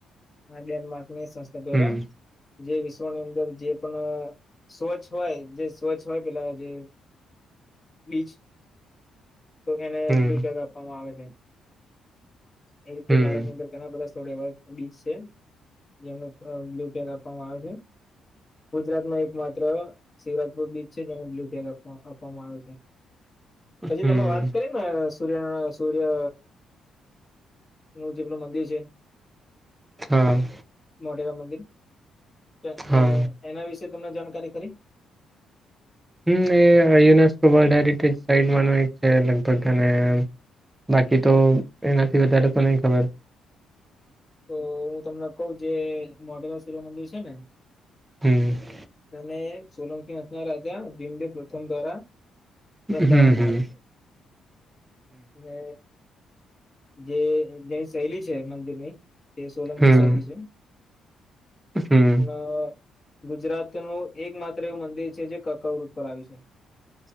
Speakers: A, on the left; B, on the right.
A: આ ડેનમાર્ક ની સંસ્થા દ્વારા
B: હમ
A: જે વિશ્વની અંદર જે પણ શોચ હોય. જે સ્વચ્છ હોય પેલા જે બીચ. તો એને
B: હમ
A: બ્લુ પગ આપવામાં આવે છે. એ રીતે
B: હમ
A: ભારતની અંદર ઘણા બધા સોડે હોય. બીચ છે જેમને બ્લુ પેક આપવામાં આવે્યો છે. ગુજરાતમાં એક માત્ર. શિવરાજપુર બીચ છે જેને બ્લુ ફ્લેગ આપ આપવામાં આવ્યો છે પછી
B: હમ
A: તમે વાત. કરી ને સૂર્ય સૂર્ય નું જેમલ મંદિર છે.
B: હ.
A: મોઢેરા મંદિર તો
B: હા
A: એના વિશે તમને જાણકારી ખરી.
B: હમ એ યુનેસ્કો વર્લ્ડ હેરિટેજ સાઈટ માનું એક છે લગભગ અને. બાકી તો એનાથી વધારે તો નહી ખબર.
A: તો હું તમને કહ જે મોઢેરા શિવિવમંદિર છે ને
B: હમ્મ
A: અને સોલંકીસ ના રાજા ભીમદેવ પ્રથમ દ્વારા. બંધાવવામાં
B: હમ હમ
A: આવે ને. જે જેની શૈલી છે મંદિર ની તે સોલંકી
B: હમ
A: શૈલી છે.
B: હમ હમ
A: ન. ગુજરાતનું એક માત્ર એવું મંદિર છે જે કકવૃત પરર આવ્યું છે.